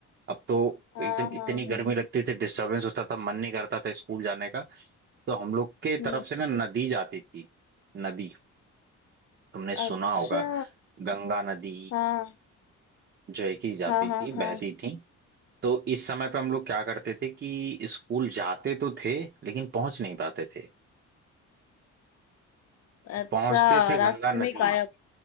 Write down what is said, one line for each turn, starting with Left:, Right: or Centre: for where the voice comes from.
Right: अब तो
Left: हाँ
Right: एकदम
Left: हाँ
Right: इतनी गर्मी
Left: हाँ
Right: लगती थी डिस्टरबेंस होता था मन नहीं करता था स्कूल जाने का तो हम लोग के
Left: हम्म
Right: तरफ से ना नदी जाती थी नदी तुमने सुना
Left: अच्छा
Right: होगा गंगा नदी
Left: हाँ
Right: जो है कि जाती
Left: हाँ हाँ
Right: थी
Left: हाँ
Right: बहती थी तो इस समय पे हम लोग क्या करते थे कि स्कूल जाते तो थे लेकिन पहुंच नहीं पाते थे
Left: अच्छा
Right: पहुंचते थे
Left: रास्ते
Right: गंगा
Left: में
Right: नदी
Left: ही गायब